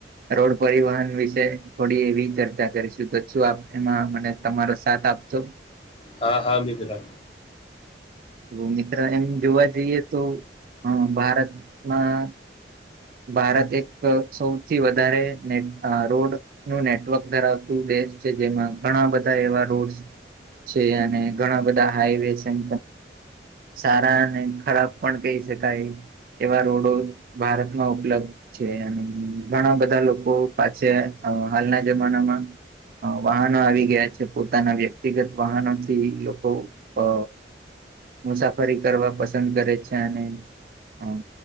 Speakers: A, on the right; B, on the left.
A: રોડ પરિવહન વિશે થોડી એવી ચર્ચા કરીશું તો શું આપ એમાં મને તમારો સાથ આપ તો
B: હા હા મિ બિરા
A: તો મિત્ર એમ જોવા જઈએ તો ભારતમાં ભારત એક સૌથી વધારેને રોડ નું નેટવર્ક ધરાવતું દેશ છે જેમાં ઘણા બધા એવા રોડ છે અને ઘણા બધા હાઈવે એમ સારા અને ખરાબ પણ કહી શકાય એવા રોડો ભારત હા ઉપલબ્ધ છે અને ઘણા બધા લોકો પાછે હાલના જમાનામાં અહ વાહનો આવી ગયા છે પોતાના વ્યક્તિગત વાહનો થી લોકો અ મુસાફરી કરવા પસંદ કરે છે અને અહ